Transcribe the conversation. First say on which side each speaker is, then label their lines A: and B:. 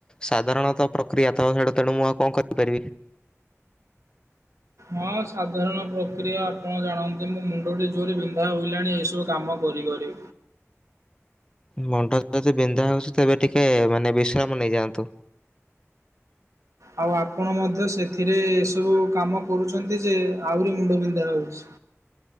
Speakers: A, on the left; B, on the right.
A: ସାଧାରଣତଃ ପ୍ରକ୍ରିୟା ତ ସେଟୁ ତେଣୁ ମୁଁ ଆଉ କଣ କରିପାରିବି।
B: ହଁ ସାଧାରଣ ପ୍ରକ୍ରିୟା ଆପଣ ଜାଣନ୍ତି ମୋ ମୁଣ୍ଡଟି ଜୋରେ ବିନ୍ଧା ହୋଇଲାଣି ଏହିସବୁ କାମ କରି କରି।
A: ମଣ୍ଡ ଯଦି ବିନ୍ଧା ହଉଚି ତେବେ ଟିକେ ମାନେ ବିଶ୍ରାମ ନେଇଯାଆନ୍ତୁ।
B: ଆଉ ଆପଣ ମଧ୍ୟ ସେଥିରେ ଏସବୁ କାମ କରୁଛନ୍ତି ଯେ ଆହୁରି ମୁଣ୍ଡବିନ୍ଧା ହଉଚି।